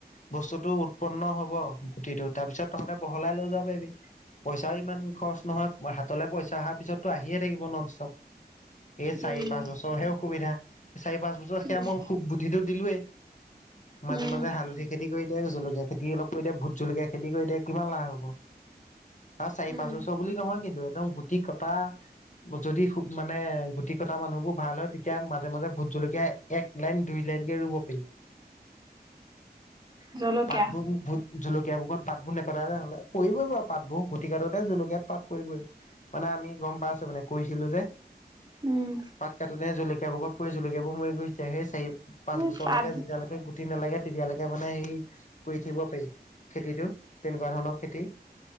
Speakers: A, on the left (about 45°); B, on the right (about 25°).
A: বস্তুটো উৎপন্ন হ'ব, গুটিটো তাৰপিছত তহঁতে বহলাই লৈ যাব পাৰিবি। পইচাও ইমান খৰচ নহয়, হাতলে পইচা অহাৰ পিছতটো আহিয়ে থাকিব ননষ্টপ। এই চাৰি,
B: উম।
A: পাঁচ বছৰহে অসুবিধা চাৰি, পাঁচ বছৰ
B: উম,
A: তোক বুধিটো দিলোৱেই, মাজে
B: উম।
A: মাজে হালধি খেতি কৰি থাকিবি জলকীয়া খেতি খেতি অলপ কৰি দে। ভোট জলকীয়া খেতি কৰি দে, কিমান লাভ হ'ব। আৰু চাৰি,
B: উম।
A: পাঁচ বছৰ বুলি নহয় কিন্তু একদম গুটি কটা যদি মানে গুটি কটা মানুহবোৰ ভাল হয় তেতিয়া মাজে মাজে ভোট জলকীয়া এক লাইন, দুই লাইনকে ৰুব পাৰি
B: জলকীয়া
A: পাতবোৰ ভোট জলকীয়াবোকত পাতবোৰ নেপেলালে হ'লে, পৰিবই বাও পাতবোৰ, গুটি কাটোতে জলকীয়াত পাত পৰিবই। মানে আমি গম পাই আছো মানে, কৰিছিলো যে
B: উম।
A: পাত কটোতে জলকীয়াবোকত পৰি জলকীয়াবোৰ মৰি গৈছে, সেই চাৰি, পাঁচ
B: এই
A: বছৰলেকে
B: পাত
A: যেতিয়ালেকে গুটি নালাগে তেতিয়ালেকে মানে সেই কৰি থাকিব পাৰি খেতিটো, তেনেকুৱা ধৰণৰ খেতি।